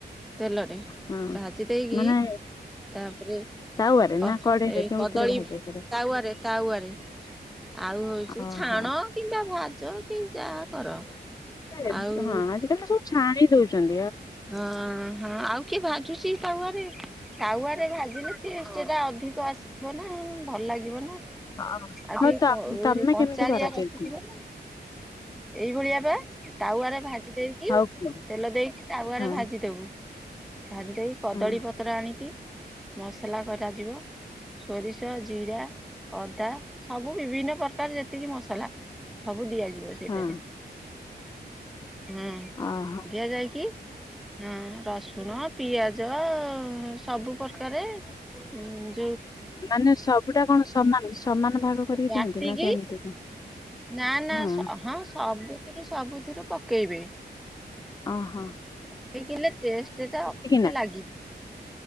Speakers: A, in the centre; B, on the left (about 20°).
A: ତେଲରେ
B: ହଁ
A: ଭାଜି ଦେଇକି
B: ମାନେ
A: ତାପରେ
B: ତାୱାରେ
A: ପ
B: ନା କଡେଇରେ
A: ଏ
B: କେଉଁଥିରେ
A: କଦଳୀ
B: ଭାଜ ସେଟା
A: ତାୱରେ ତାୱଆରେ ଆଉ ହଉଛି
B: ଓହୋ
A: ଛାଣ କିମ୍ବା ଭା ଚ କି ଯାହା କର।
B: <unintelligible>
A: ଆଉ
B: ହଁ ଆଜି କାଲି ତ ସବୁ ଛାଣି ଦଉଚନ୍ତି।
A: ହଁ ହଁ ଆଉ କିଏ ଭାଜୁଚି ତାୱଆରେ ତାୱଆରେ ଭାଜିଲେ ଟେଷ୍ଟ ଟା ଅଧିକ କ ଆସିବ ନା ଭଲଲାଗିବ ନା।
B: ହଁ
A: ଆଉ
B: ହଉ
A: ଟିକେ
B: ତ
A: କ
B: ତମେ
A: କଞ୍ଚାଳିଆ
B: କେମିତି କରା
A: ରଖିଥିବ
B: <unintelligible>
A: ନା ଏଇଭଳିଆ ବା ତାୱାରେ ଭାଜି ଦେଇକି
B: ହଉ
A: ତେଲ
B: କୁହ
A: ଦେଇକି ତାୱଆରେ
B: ହଁ
A: ଭାଜି ଦବୁ। ଭାଜି ଦେଇେ କଦଳୀ
B: ହଁ
A: ପତ୍ର ଆଣିକି ମସଲା କରାଯିବ ସୋରିଷ ଜିରା ଅଦା ସବୁ ବିଭିନ୍ନ ପ୍ରକାର ଯେତିକି ମସଲା ସବୁ ଦିଆଯି
B: ହଁ
A: ତରେ ଏଁ
B: ଓହୋ
A: ଦିଆଯାଇକି ହଁ ରସୁଣ ପିଆଜ ସବୁ ପ୍ରକାରେ ଉଁ
B: ମାନେ ସବୁଟା କଣ ସମାନ ସମାନ ଭାଗ କରିକି
A: ବାଟିକି
B: ଦିଅନ୍ତି ନା କେମିତି କଣ
A: ନା ନା
B: ହଁ।
A: ସବୁଥିରୁ ସବୁଥିରୁ ପକେଇବେ।
B: ଅ ହୋ।
A: <unintelligible> ଟେଷ୍ଟ ଟା ଅଧିକ
B: ନା
A: ଲାଗି